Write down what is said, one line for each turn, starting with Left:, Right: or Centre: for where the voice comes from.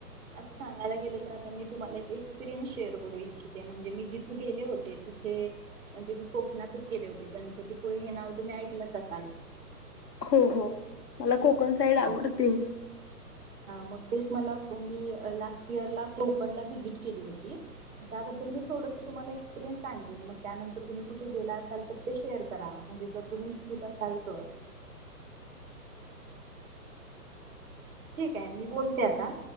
Right: असं सांगायला गेलं तर आता मी तुम्हाला एक एक्सपिरियन्स शेअर करू इच्छिते म्हणजे मी जिथे गेले होते तिथे म्हणजे मी कोकणातच गेले होते गणपतीपुळे हे नाव तुम्ही ऐकलंच असाल?
Left: हो हो मला कोकण साईड आवडते.
Right: हा हा मग तेच मला मी लास्ट इयर ला कोकणला व्हिजिट केली होती त्याबद्दल मी थोडस तुम्हाला एक्सपिरियन्स सांगेन मग त्यानंतर तुम्ही कुठे गेला असाल तर ते शेअर करा म्हणजे जर तुम्ही इच्छुक असाल तर? ठीक आहे मी बोलते आता